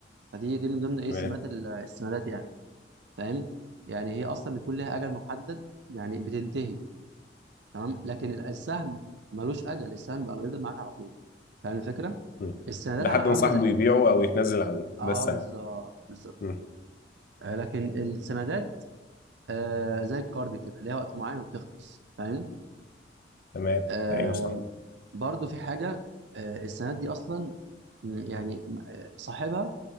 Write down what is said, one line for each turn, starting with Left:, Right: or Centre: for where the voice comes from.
Right: فدي دي من ضمن ايه
Left: تمام
Right: سمات ال- السندات يعني فاهم يعني هي اصلا بيكون لها اجل محدد يعني بتنتهي تمام لكن ال- السهم ملوش اجل السهم بقى بيفضل معاك على طول فاهم الفكره
Left: مم.
Right: السندات
Left: لحد
Right: عامله عاملة
Left: ما صاحبه
Right: زي
Left: يبيعه او يتنازل عنه
Right: اه
Left: ده السبب
Right: بالظبط بالظبط
Left: مم.
Right: آه، لكن السندات آه زي الكارد كده ليها وقت معين وبتخلص فاهم
Left: تمام
Right: آه
Left: ايوه صح
Right: برضو في حاجة آه السندات دي أصلا م- يعني م- آه، صاحبها